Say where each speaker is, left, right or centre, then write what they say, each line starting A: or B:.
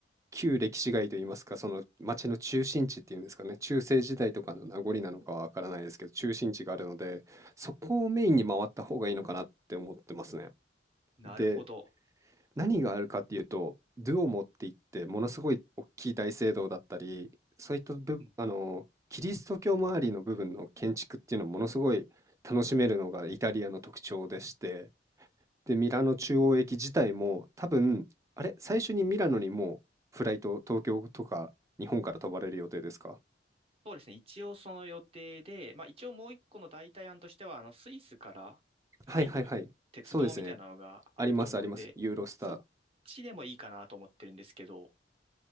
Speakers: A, on the right; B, on the right.
A: 旧歴史街といいますか、その街の中心地っていうんですかね、中世時代とかの名残なのかはわからないですけど、中心地があるので、そこをメインに回った方がいいのかなって思ってますね。
B: なるほど。
A: で、何があるかっていうと、ドゥオモっていって、ものすごい大きい大聖堂だったり、そういった部、
B: うん
A: あの、キリスト教周りの部分の建築っていうのをものすごい楽しめるのがイタリアの特徴でして、で、
B: うん
A: ミラノ中央駅自体も多分、あれ、最初にミラノにもうフライト、東京とか日本から飛ばれる予定ですか
B: そうですね。一応その予定で、まあ一応もう一個の代替案としては、あの、スイスから入る鉄道みたいなのがあると思うんで、
A: はいはいはい。そうですね。ありますあります。ユーロスター。
B: そっちでもいいかなと思ってるんですけど、